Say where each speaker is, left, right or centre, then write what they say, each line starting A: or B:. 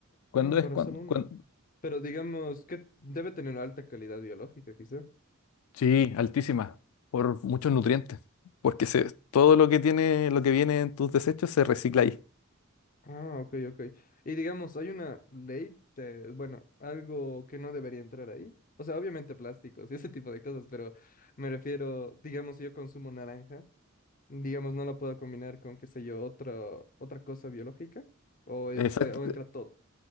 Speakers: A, on the left (about 85°); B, on the left (about 40°).
A: ¿Cuándo
B: Ah,
A: es?
B: para
A: cuan-
B: solo una.
A: cuan-
B: Pero digamos, que debe tener alta calidad biológica quizá.
A: Sí, altísima, por muchos nutrientes, porque se, todo lo que tiene, lo que viene en tus desechos se recicla ahí.
B: Ah, ok, ok. Y digamos, hay una ley, de- bueno, algo que no debería entrar ahí. O sea, obviamente plásticos y ese tipo de cosas, pero me refiero, digamos, si yo consumo naranja. digamos, no la puedo combinar con, qué sé yo, otra, otra cosa biológica, o, es,
A: Exacto.
B: pue- o entra todo.